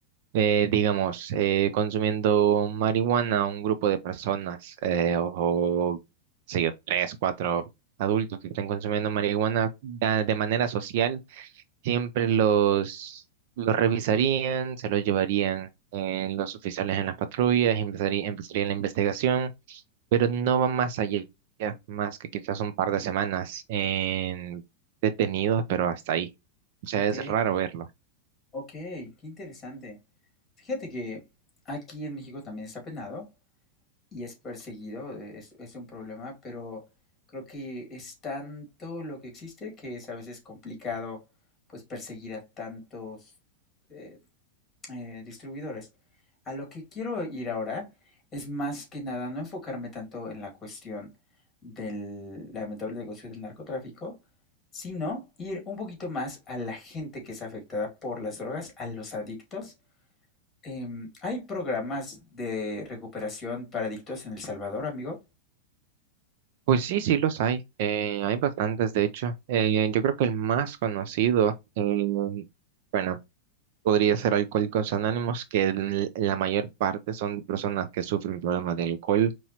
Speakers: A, on the right; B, on the left.
A: eh, digamos, eh, consumiendo marihuana un grupo de personas, eh, o, o, sé yo, tres, cuatro adultos que estén consumiendo marihuana ya de manera social, siempre los, los revisarían, se los llevarían eh, los oficiales en las patrullas, empezaría, empezaría la investigación, pero no va más allá, más que quizás un par de semanas en detenidos, pero hasta ahí. O sea,
B: Ok.
A: es raro verlo.
B: Ok, qué interesante. Fíjate que aquí en México también está penado y es perseguido, eh, es, es un problema, pero creo que es tanto lo que existe que es a veces complicado pues perseguir a tantos, eh, eh, distribuidores. A lo que quiero ir ahora es más que nada no enfocarme tanto en la cuestión del lamentable negocio del narcotráfico, sino ir un poquito más a la gente que es afectada por las drogas, a los adictos. Em, ¿hay programas de recuperación para adictos en El Salvador, amigo?
A: Pues sí, sí los hay. Eh, hay bastantes, de hecho. Eh, yo creo que el más conocido, eh, bueno, podría ser Alcohólicos Anónimos, que el- la mayor parte son personas que sufren problemas de alcohol